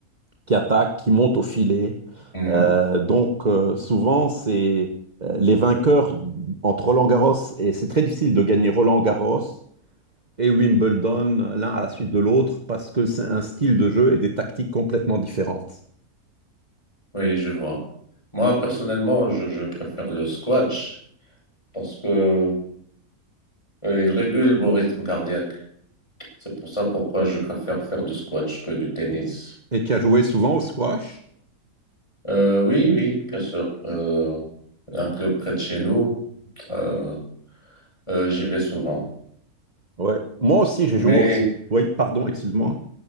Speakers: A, on the right; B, on the left.
A: qui attaquent, qui montent au filet.
B: Mhm.
A: Euh, donc euh, souvent, c'est euh, les vainqueurs entre Roland-Garros, et c'est très difficile de gagner Roland-Garros et Wimbledon euh, l'un à la suite de l'autre parce que c'est un style de jeu et des tactiques complètement différentes.
B: Oui, je vois. Moi, personnellement, je, je préfère le squash parce que euh, il régule mon rythme cardiaque. C'est pour ça pourquoi je préfère faire du squash que du tennis.
A: Et tu as joué souvent au squash?
B: Euh, oui, oui, bien sûr. Euh, il y a un club près de chez nous, euh, euh, j'y vais souvent.
A: Ouais. Moi aussi, j'ai
B: Mais,
A: joué au... Oui, pardon, excuse-moi.